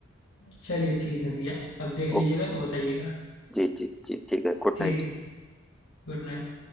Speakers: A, on the left (about 70°); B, in the centre.
A: चलिए ठीक है भैया अब देख लीजिएगा
B: ओके
A: तो बताइएगा
B: जी जी जी ठीक है गुड
A: ठीक
B: नाइट
A: है ठीक गुड नाइट